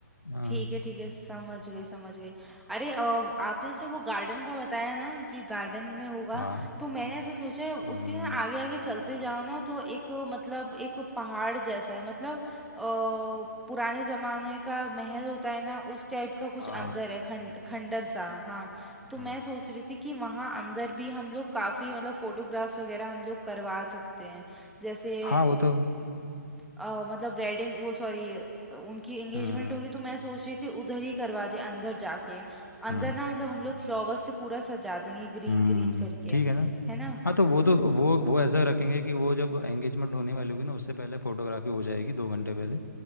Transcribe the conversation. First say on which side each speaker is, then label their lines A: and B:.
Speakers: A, on the left (about 80°); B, in the centre.
A: हाँ
B: ठीक है ठीक है समझ गई समझ गई अरे अ, आपने से वो गार्डन का बताया ना कि गार्डन में होगा
A: हाँ
B: तो मैंने ऐसा सोचा है
A: हम्म,
B: उसके ना आगे आगे चलते जाओ ना तो एक मतलब एक पहाड़ जैसा है मतलब अ, पुराने जमाने का महल होता है ना उस टाइप का कुछ
A: हाँ
B: अंदर है खंड खंडर सा हाँ तो मैं
A: हम्म,
B: सोच रही थी कि वहाँ अंदर भी हम लोग काफी मतलब फोटोग्राफ्स वगैरह हम लोग करवा सकते हैं जैसे
A: हाँ वो तो
B: अ, मतलब वेडिंग वो सॉरी उनकी एंगेजमेंट
A: हम्म
B: होगी तो मैं सोच रही थी उधर ही करवा दे अंदर जाके
A: हम्म
B: अंदर ना मतलब हम लोग फ्लावर्स से पूरा सजा देंगे ग्रीन
A: हम्म,
B: ग्रीन करके
A: ठीक है ना
B: है ना
A: हाँ तो वो तो वो वो ऐसा रखेंगे कि वो जब एंगेजमेंट होने वाली होगी ना उससे पहले फोटोग्राफी हो जाएगी दो घंटे पहले